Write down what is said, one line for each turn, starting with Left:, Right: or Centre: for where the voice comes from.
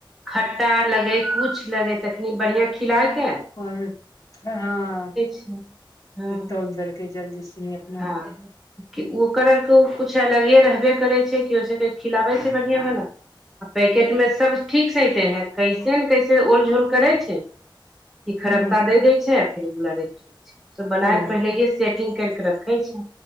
Centre: खट्टा लगे कुछ लगे तखनी बढ़िियाँ खिलाायके
Left: हँ
Centre: छै हँ
Left: तौल देलकै जल्दी सुनि अपना
Centre: हँ कि ओकर अरके किछु अलगे रहबे करै छै कि ओहि सभके खिलाबै छै बढ़िआँ बला आ पैकेट में सब ठीक सेहेते हैं कैसे ने कैसे ओल झोल करै छै कि खरबका
Left: हू
Centre: दे देय छै आ फेर उला रख ले छै सब बना
Left: ओ
Centre: के पहिले सेटिंग करके रखे छी